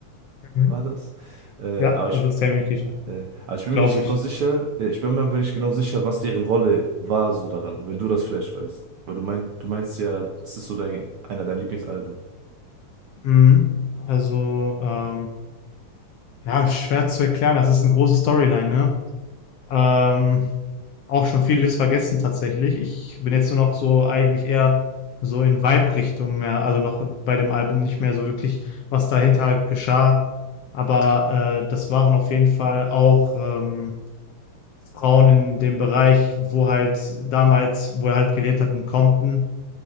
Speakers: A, on the left; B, on the right.
A: Mhm.
B: war das, äh,
A: Ja,
B: aber ich...
A: das ist Tammy T-Shirt,
B: äh, Aber ich bin
A: glaube
B: mir nicht genau
A: ich.
B: sicher, äh, ich bin mir aber nicht genau sicher, was deren Rolle war so daran, wenn du das vielleicht weißt. Weil du meinst, du meinst ja, es ist so dein, einer deiner Lieblingsalben.
A: Mhm. Also, ähm, ja, schwer zu erklären, das ist eine große Storyline, ne? Ähm, auch schon vieles vergessen tatsächlich. Ich bin jetzt nur noch so eigentlich eher so in Vibe-Richtung mehr, also noch bei dem Album nicht mehr so wirklich, was dahinter geschah. Aber äh, das waren auf jeden Fall auch ähm, Frauen in dem Bereich, wo halt damals, wo er halt gelebt hat in Compton.